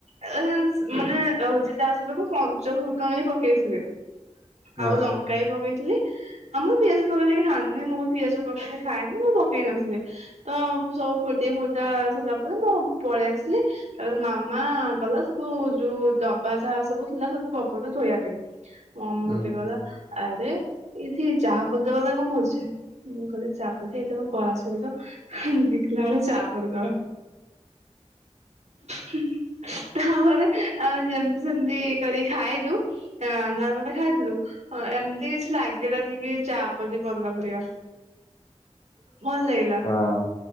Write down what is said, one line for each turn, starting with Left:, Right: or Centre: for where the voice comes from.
Right: ଆ ସ ମାନେ ହଉଛି ଚା ସହିତ ମୁଁ। ପଞ୍ଚଫୁଟଣ ବି ପକେଇଥିଲି।
Left: ହଁ
Right: ଆଉ ଲଙ୍କା ବି ପକେଇଥିଲି। ଆମ ପିଆଜ ପକେଇଲେ କିଏ ଖାଆନ୍ତିନି ମୁଁ ବି ପିଆଜ ପକେଇଲେ ଖାଏନି ମୁଁ ପକେଇ ନଥିଲି। ତ ସବୁ ଫୁଟି ଫୁଟା ସରିଲା ପରେ ମୁଁ ପଳେଇ ଆସିଲି। ତାପରେ ମାମା ଗଲା ସବୁ ଯୋଉ ଡବା ଯାହା ସବୁ। ହେଲା ସବୁ କଭର ଧୋଇବା ପାଇଁ। ମମି
Left: ହୁଁ।
Right: ମତେ କହିଲା। ଆରେ ଏଇଠି ଚାହା ପତି ଡବା ଟା କଣ କରୁଛି? ମୁଁ କହିଲି ଚାପତି ଏଇଟା ପା କଳା ସୋରିଷ ହୁଁ ଦେଖିଲା ବେଳୁ ଚାପତି <unintelligible> ହୁଁ ତାପରେ ଆମେ ଯେମିତି ସେମତି। କରି ଖାଇଲୁ। ହାଁ <unintelligible> ଖାଇଥିଲୁ ଅ ଏମିତି କିଛି ଲାଗିଲାନି କି ଚା ପତି ପଡିଲା ପରିକା। ଭଲ ଲାଗିଲା।
Left: ହଁ